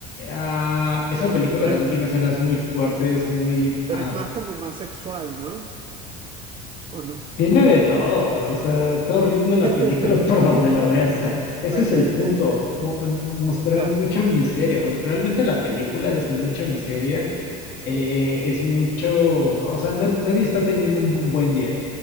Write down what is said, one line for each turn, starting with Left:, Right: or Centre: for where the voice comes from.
Left: ah, esa película
Right: Pero
Left: también tiene escenas muy fuertes, muy,
Right: Pero
Left: ajá,
Right: es más como más sexual, ¿no? ¿O no?
Left: tiene de todo. O sea, está horrible la
Right: <laughs>
Left: película <laughs> por donde la veas. O sea, ese
Right: Ok,
Left: es el
Right: ok.
Left: punto, mo- eh, mostrar
Right: Claro,
Left: mucha miseria. Realmente la película es mucha miseria. eh, es mucho, o sea, na- nadie está teniendo un buen día.